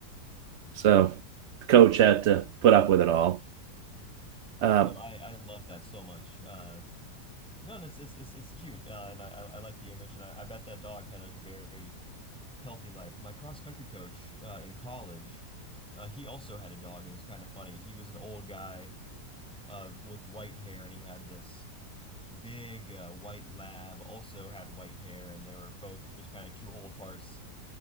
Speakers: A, on the right (about 80°); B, in the centre.
A: So the coach had to put up with it all. Uh,
B: No, I I love that so much. Uh, no, and it's it's it's, it's cute, uh, and I I I like the image, and I, I bet that dog had like a very healthy life. My cross country coach uh, in college, uh, he also had a dog, and it's kind of funny. He was an old guy, uh, like white hair, and he had this big uh, white lab. Also had white hair, and they were both just kind of two old farts